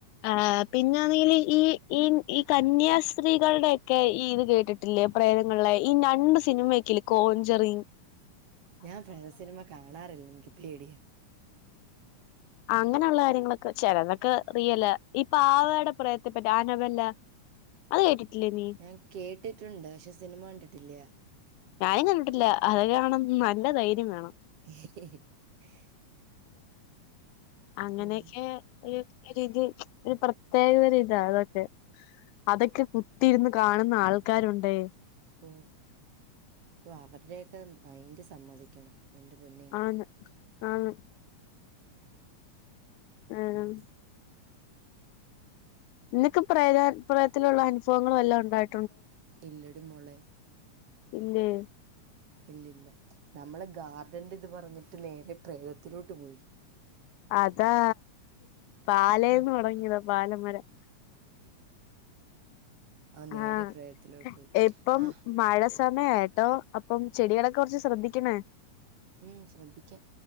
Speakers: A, on the left (about 80°); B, on the right (about 55°).
A: ആഹ് പിന്നാണെങ്കില് ഈ ഈ ഈ കന്യാസ്ത്രീകൾടെ ഒക്കെ ഈ ഇത് കേട്ടിട്ട് ഇല്ലെ പ്രേതങ്ങള്ളെ ഈ നണ്ണ് സിനിമയൊക്കില്ലെ കോഞ്ചറി
B: ഞാൻ പ്രേതസിനിമ കാണാറില്ല എനിക്ക് പേടിയാ
A: അങ്ങനൊള്ള കാര്യങ്ങളൊക്ക ചെലതൊക്ക റിയല ഈ പാവേടെ പ്രേതത്തെ പറ്റി അനബല്ല അത് കേട്ടിട്ടില്ലേ നീ
B: ഞാൻ കേട്ടിട്ടുണ്ട് പക്ഷെ സിനിമ കണ്ടിട്ടില്ല
A: ഞാനും കണ്ടിട്ടില്ല അതൊക്കെ കാണം നല്ല ധൈരം വേണം
B: <unintelligible>
A: അങ്ങനെയെക്കെ
B: ഉം.
A: ഒരുതി ഒരു പ്രത്യേകതരം ഇതാ അതൊക്കെ അതൊക്കെ കുത്തിയിരുന്ന് കാണുന്ന ആൾക്കാരൊണ്ടേ
B: ഓഹ് അവരടൊക്കെ മയിന്റ് സമ്മതിക്കണം എന്റെ പൊന്നേ
A: ആണ് ആണ് ആഹ്
B: ഉം
A: നിനക്ക് പ്രെ പ്രേത്തിലുള്ള അനുഭവങ്ങൾ വെല്ലോം ഒണ്ടായി
B: ഇല്ലടി മോളെ
A: ഇല്ലേ
B: ഇല്ലില്ല നമ്മള് ഗാർഡന്റെറ്റിത് പറഞ്ഞിട്ട് നേരെ പ്രേതത്തിലോട്ട് പോയി
A: അതാ പാലേന്ന്
B: ഹും.
A: തൊടങ്ങിയതാ പാലമരം
B: ആ നേരെ
A: ആഹ്
B: പ്രേതത്തിലോട്ട് പോയി.
A: എപ്പം
B: ആഹ്!
A: മഴ സമയാട്ടോ അപ്പം ചെടികളൊക്കെ കൊറച്ച് ശ്രദ്ധിക്കണേ
B: ഉം ശ്രദ്ധിക്കാം